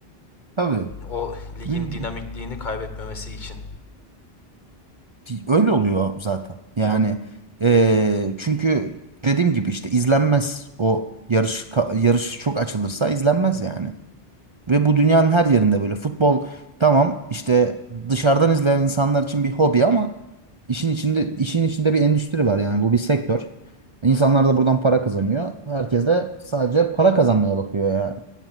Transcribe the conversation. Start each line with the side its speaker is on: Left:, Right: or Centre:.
Right: Tabii.
Left: O ligin
Right: Bir-
Left: dinamikliğini kaybetmemesi için.
Right: Öyle oluyor zaten. Yani eee, çünkü dediğim gibi işte izlenmez o yarış ka- yarış çok açılırsa izlenmez yani. Ve bu dünyanın her yerinde böyle. Futbol tamam işte dışarıdan izleyen insanlar için bir hobi ama işin içinde işin içinde bir endüstri var yani bu bir sektör. İnsanlar da buradan para kazanıyor. Herkes de sadece para kazanmaya bakıyor yani.